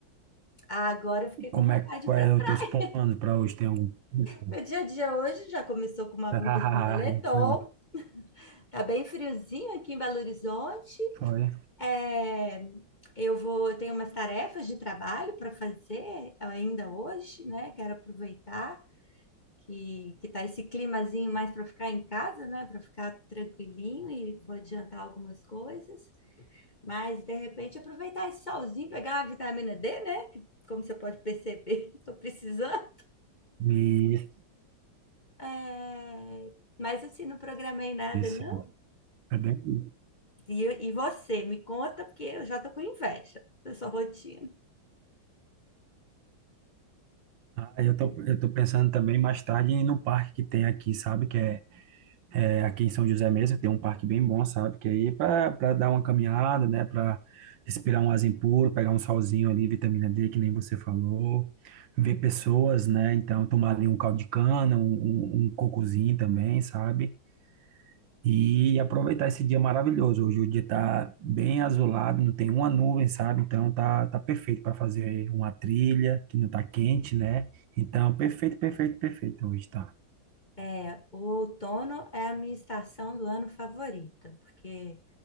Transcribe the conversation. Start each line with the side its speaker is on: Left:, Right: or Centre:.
Left: Ah, agora eu fiquei com
Right: como
Left: vontade
Right: é, quais
Left: para
Right: são
Left: praia.
Right: os teus planos para hoje? Tem algum? <laughs>
Left: Meu dia a dia hoje já começou com uma
Right: Ah,
Left: blusa de moletom,
Right: Então,
Left: Tá bem friozinho aqui em Belo Horizonte.
Right: foi.
Left: É, eu vou, eu tenho umas tarefas de trabalho para fazer ainda hoje, né? Quero aproveitar que, que tá esse climazinho mais para ficar em casa, né? Para ficar tranquilinho e vou adiantar algumas coisas. Mas de repente aproveitar esse solzinho, pegar uma vitamina D, né? Que, como você pode perceber, <laughs> estou precisando.
Right: Isso,
Left: É, mas assim, não programei nada,
Right: isso.
Left: não.
Right: É bem. isso.
Left: E, e você, me conta, porque eu já tô com inveja da sua rotina.
Right: Ah, eu tô, eu tô pensando também mais tarde no parque que tem aqui, sabe? Que é, é aqui em São José mesmo, tem um parque bem bom, sabe? Que aí para para dar uma caminhada, né? Para respirar um arzinho puro, pegar um solzinho ali, vitamina D, que nem você falou, ver pessoas, né? Então tomar ali um caldo de cana, um, um, um cocozinho também, sabe? E aproveitar esse dia maravilhoso. Hoje o dia tá bem azulado, não tem uma nuvem, sabe? Então tá, tá perfeito para fazer uma trilha que não tá quente, né? Então, perfeito, perfeito, perfeito. Hoje tá.
Left: É, o outono é a minha estação do ano favorita, porque,